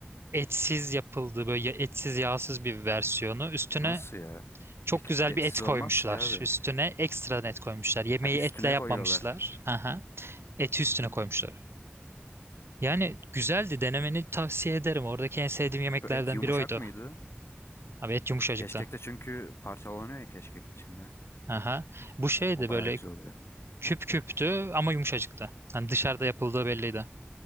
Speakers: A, on the right (about 65°); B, on the left (about 70°).
A: etsiz yapıldığı böyle ya- etsiz yağsız bir versiyonu. Üstüne
B: Nasıl ya?
A: çok
B: Keşkek
A: güzel
B: etsiz
A: bir et koymuşlar.
B: olmaz ki abi.
A: Üstüne ekstradan et koymuşlar. Yemeği
B: Ha üstüne
A: etle yapmamışlar.
B: koyuyorlar.
A: Aha. Eti üstüne
B: Hı hı.
A: koymuşlar. Yani güzeldi denemeni tavsiye ederim. Oradaki en sevdiğim yemeklerden
B: Bu et yumuşak
A: biri oydu.
B: mıydı?
A: Abi et yumuşacıktı.
B: Keşkek de çünkü parçalanıyor ya keşkekin içinde.
A: Aha. Bu şeydi
B: O bayağı
A: böyle
B: güzel oluyor.
A: Küp küptü ama yumuşacıktı. Hani dışarıda yapıldığı belliydi.